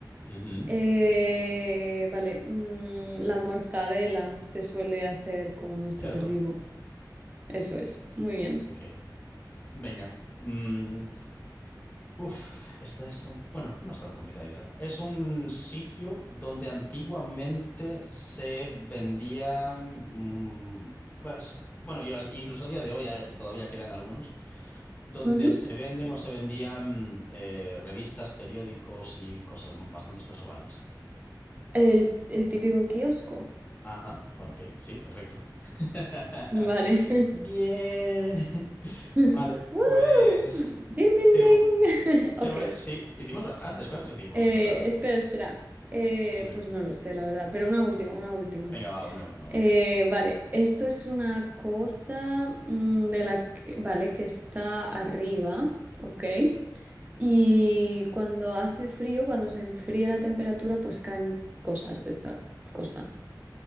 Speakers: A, on the left (about 25°); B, on the right (about 25°).
A: ujú.
B: Eh, vale, mm, la mortadela se suele hacer con este
A: Cerdo,
B: ser vivo, eso es, muy bien.
A: ok. Venga. Mm, Uf, esta es... com- Bueno, no es tan complicadita. Es un sitio donde antiguamente se vendían... mm, pues, bueno, yo, incluso a día de hoy eh, todavía quedan algunos, donde
B: Ujú.
A: se venden o se vendían eh, revistas, periódicos y cosas, bastantes cosas varias.
B: El, el típico kiosco,
A: Ajá, ok, sí, perfecto. <laughs>
B: vale. <laughs>
A: Bien.
B: <laughs>
A: Vale,
B: ¡Woo!
A: pues...
B: ¡Ding, ding,
A: Te,
B: ding! <laughs> Ok.
A: te, voy- sí, hicimos bastantes. ¿Cuántos hicimos
B: Eh,
A: en total?
B: espera, espera. Eh,
A: Dime.
B: pues no lo sé, la verdad, pero una última, una última.
A: Venga, va, una última,
B: Eh,
A: venga.
B: vale, esto es una cosa mm, de la que, vale, que está arriba, ok. Y cuando hace frío, cuando se enfría la temperatura, pues caen cosas de esta cosa